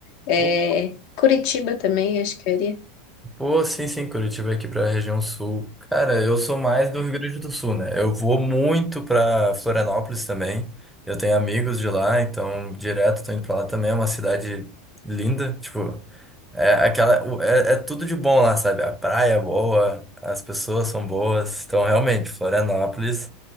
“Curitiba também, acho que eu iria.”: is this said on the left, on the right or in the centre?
Left